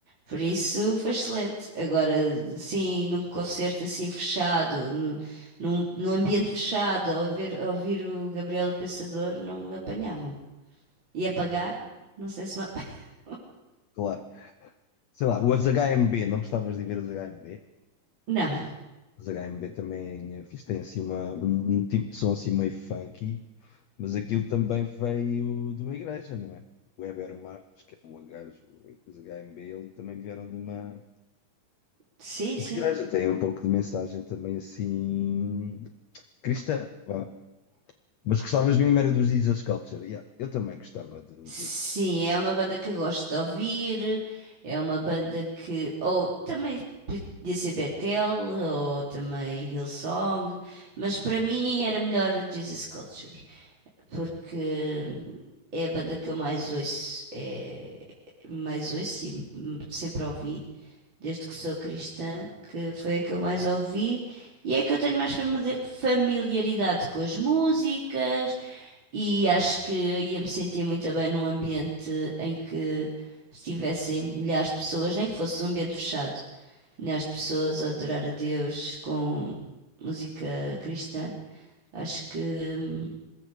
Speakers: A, on the right; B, on the left.
A: Por isso foi excelente. Agora, sim, num concerto assim fechado, nu- num, num ambiente fechado, a ouvir, a ouvir o Gabriel o Pensador, não me apanhavam. E a pagar? Não sei se me ap... <laughs>
B: Claro. Sei lá, os HMB, não gostavas de ver os HMB?
A: Não.
B: Os HMB também eh, fiz, tem assim uma, um um tipo de som assim meio funky, mas aquilo também veio de uma igreja, não é? O Heber Marques, que é o gajo, os HMB, ele também vieram de uma.
A: Sim,
B: Uma
A: sim.
B: igreja tem um pouco de mensagem também assim cristã, vá. Mas gostavas mesmo era dos Jesus Culture. Yeah, eu também gostava de,
A: Sim,
B: de-
A: é uma banda que eu gosto de ouvir, é uma banda que. Ou também podia ser Betel, ou também Hillsong, mas para mim era melhor Jesus Culture. porque é a banda que eu mais ouço, é, mais ouço e sempre ouvi desde que sou cristã, que foi a que eu mais ouvi e é a que eu tenho mais famili- familiaridade com as músicas e acho que ia me sentir muito bem num ambiente em que estivessem milhares de pessoas, nem que fosse um ambiente fechado, milhares de pessoas a adorar a Deus com música cristã. Acho que hum,